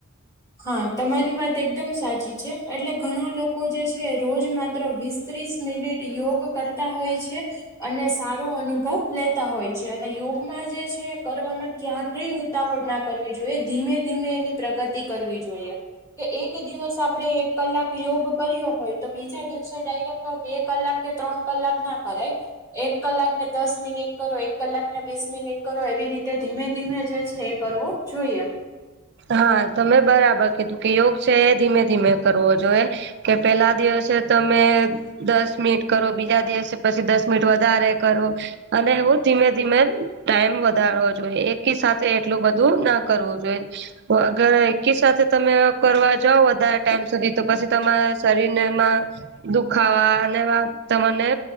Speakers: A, on the left; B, on the right.
A: હા તમારી વાત એકદમ સાચી છે એટલે ઘણા લોકો જે છે રોજ માત્ર વીસ ત્રીસ મિનિટ યોગ કરતા હોય છે. અને સારો અનુભવ લેતા હોય છે. અને યોગમાં જે છે કરવામાં ક્યારેય ઉતાવળ ના કરવી જોઈએ ધીમે ધીમે એની પ્રગતિ કરવી જોઈએ. કે એક દિવસ આપડે એક કલાક યોગ કર્યો હોય તો બીજા દિવસે ડાયરેક્ટ કલાક કે ત્રણ કલાક ના કરે. એક કલાકને દસ મિનિટ કરો એક કલાકને વીસ મિનિટ કરો એવી રીતે ધીમે ધીમે જે છે એ કરવું. જોઈએ
B: હા તમે બરાબર કીધું કે યોગ છે એ ધીમે ધીમે કરવો જોઈએ. કે પહેલા દિવસે છે તો તમે દસ મિનિટ કરો બીજા દિવસે પછી દસ મિનિટ વધારે કરો. અને એવું ધીમે ધીમે ટાઈમ વધારવો જોઈએ એક સાથે એટલું બધું ના કરવું જોઈએ વગર કી સાથે તમે કરવા જાવ વધારે ટાઈમ સુધી તો પછી તમારા શરીરને એમાં દુખાવા અને વા તમને